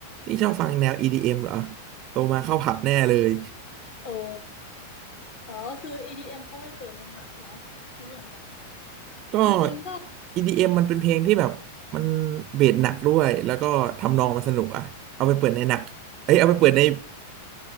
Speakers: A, on the right (about 45°); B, on the left (about 50°).
A: นี่ชอบฟังแนว EDM เอ็มเหรอโตมาเข้าผับแน่เลย
B: โอ้อ๋อก็คือ EDM เอ็มเขาไปเปิดในผับเนาะคือส่วนใหญ่
A: ก็
B: เอาจริงก็
A: EDM มมันเป็นเพลงที่แบบมันเบสหนักด้วยแล้วก็ทำนองมันสนุกอะเอาไปเปิดในหนักเอ้ยเอาไปเปิดใน